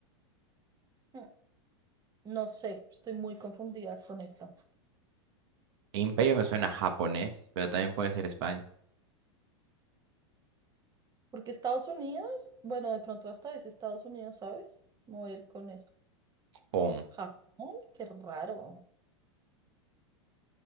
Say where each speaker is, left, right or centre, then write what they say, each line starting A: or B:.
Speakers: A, on the right; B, on the right.
A: Mm, No sé, estoy muy confundida con esta.
B: Imperio me suena a japonés, pero también puede ser España.
A: Porque Estados Unidos, bueno, de pronto hasta dice Estados Unidos, ¿sabes? Me Voy a ir con eso.
B: Pon.
A: Japón, qué raro.